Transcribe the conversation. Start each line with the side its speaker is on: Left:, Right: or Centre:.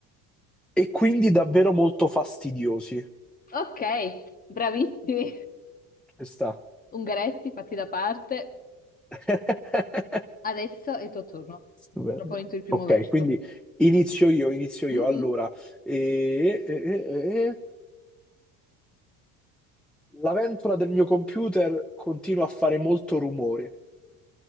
Centre: e quindi davvero molto fastidiosi.
Left: Ok, bravissimi.
Centre: Ci sta.
Left: Ungaretti, fatti da parte.
Centre: <laughs>
Left: Adesso è il tuo turno.
Centre: Stupendo.
Left: Proponiti il primo
Centre: Ok,
Left: verso.
Centre: quindi inizio io, inizio io.
Left: Mhm.
Centre: Allora, e, La ventola del mio computer continua a fare molto rumore.